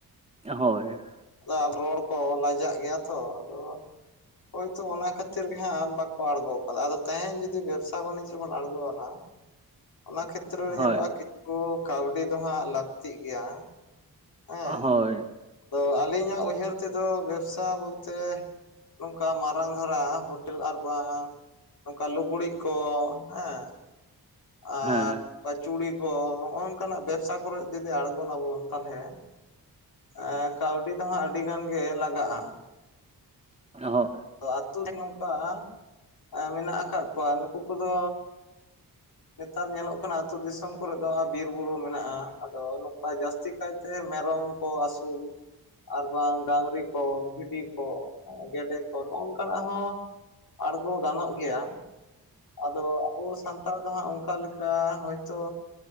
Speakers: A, on the right; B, on the left.
A: ᱦᱳᱭ ᱦᱳᱭ ᱾
B: ᱟᱫᱚ ᱨᱚᱲ ᱠᱚ ᱞᱟᱡᱟᱜ ᱜᱮᱭᱟ ᱛᱚ ᱟᱫᱚ ᱦᱳᱭᱛᱚ ᱚᱱᱟ ᱠᱷᱟᱹᱛᱤᱨ ᱜᱮ ᱦᱟᱸᱜ ᱵᱟᱠᱚ ᱟᱬᱜᱚ ᱠᱟᱫᱟ ᱛᱮᱦᱮᱧ ᱡᱩᱫᱤ ᱵᱮᱵᱽᱥᱟ ᱵᱟᱱᱤᱡᱽ ᱨᱮᱵᱚᱱ ᱟᱬᱜᱚᱱᱟ, ᱚᱱᱟ ᱠᱷᱮᱛᱨᱮ ᱨᱮ
A: ᱦᱳᱭ
B: ᱧᱮᱞᱚᱜᱼᱟ ᱠᱚ ᱠᱟᱹᱣᱰᱤ ᱫᱚ ᱦᱟᱸᱜ ᱞᱟᱹᱠᱛᱤᱜ ᱜᱮᱭᱟ᱾ ᱦᱮᱸ
A: ᱦᱚᱭ ᱾
B: ᱛᱚ ᱟᱹᱞᱤᱧᱟᱜ ᱩᱭᱦᱟᱹᱨ ᱛᱮᱫᱚ ᱵᱮᱵᱽᱥᱟ ᱵᱚᱞᱛᱮ ᱱᱚᱝᱠᱟ ᱢᱟᱨᱟᱝ ᱫᱷᱟᱨᱟ ᱦᱳᱴᱮᱞ ᱟᱨ ᱵᱟᱝ ᱱᱚᱝᱠᱟ ᱞᱩᱜᱽᱲᱤᱡ ᱠᱚ ᱦᱮᱸ ᱟᱨ
A: ᱦᱮᱸ
B: ᱠᱟ ᱪᱩᱲᱤ ᱠᱚ ᱱᱚᱜᱼᱚ ᱱᱚᱜᱼᱚᱠᱟᱱᱟᱜ ᱵᱮᱵᱽᱥᱟ ᱠᱚᱨᱮᱫ ᱡᱩᱫᱤ ᱟᱬᱜᱚᱱᱟᱵᱚᱱ ᱛᱟᱞᱦᱮ ᱮᱸ ᱠᱟᱹᱣᱰᱤ ᱫᱚᱦᱟᱸᱜ ᱟᱹᱰᱤ ᱜᱟᱱ ᱜᱮ ᱞᱟᱜᱟᱜᱼᱟ ᱾
A: <inaudible>
B: ᱟᱛᱳ ᱨᱮ ᱱᱚᱝᱠᱟ ᱮ ᱢᱮᱱᱟᱜ ᱠᱟᱜ ᱠᱚᱣᱟ ᱱᱩᱠᱩ ᱠᱚᱫᱚ ᱱᱮᱛᱟᱨ ᱧᱮᱞᱚᱜ ᱠᱟᱱᱟ ᱟᱹᱛᱩ ᱫᱤᱥᱚᱢ ᱠᱚᱨᱮ ᱫᱚ ᱵᱤᱨ ᱵᱩᱨᱩ ᱢᱮᱱᱟᱜᱼᱟ ᱟᱫᱚ ᱠᱟ ᱡᱟᱹᱥᱛᱤ ᱠᱟᱭᱛᱮ ᱢᱮᱨᱚᱢ ᱠᱚ ᱟᱹᱥᱩᱞ᱾ ᱟᱨ ᱵᱟᱝ ᱰᱟᱝᱨᱤ ᱠᱚ, ᱵᱷᱤᱰᱤ ᱠᱚ, ᱦᱮᱸ ᱜᱮᱰᱮ ᱠᱚ ᱱᱚᱜᱼᱚᱝᱠᱟᱱᱟᱜ ᱦᱚᱸ ᱟᱬᱜᱳ ᱜᱟᱱᱚᱜ ᱜᱮᱭᱟ ᱾ ᱟᱫᱚ ᱟᱵᱚ ᱥᱟᱱᱛᱟᱲ ᱫᱚ ᱦᱟᱸᱜ ᱚᱝᱠᱟ ᱞᱮᱠᱟ ᱦᱚᱭᱛᱚ